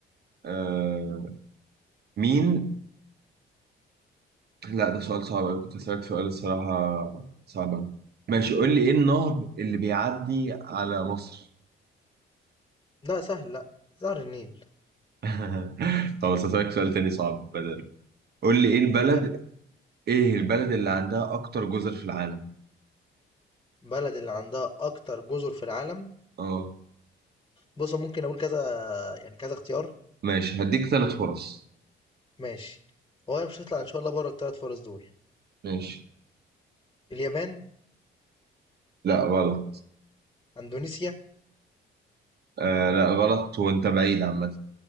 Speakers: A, on the right (about 55°); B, on the left (about 20°).
A: آه مين لا ده سؤال صعب أوي كنت أسألك سؤال الصراحة صعب أوي ماشي قول لي إيه النهر اللي بيعدي على مصر
B: لا سهل لا نهر النيل
A: <laughs> خلاص هسألك سؤال تاني صعب بدل قول لي إيه البلد
B: تمام
A: إيه البلد اللي عندها أكتر جزر في العالم
B: بلد اللي عندها اكتر جزر في العالم
A: أه
B: بص ممكن اقول كذا يعني كذا اختيار
A: ماشي هديك ثلاث فرص
B: ماشي هو مش هتطلع ان شاء الله بره الثلاث فرص دول
A: ماشي
B: اليابان
A: لا غلط
B: اندونيسيا
A: آه لا غلط وأنت بعيد عامة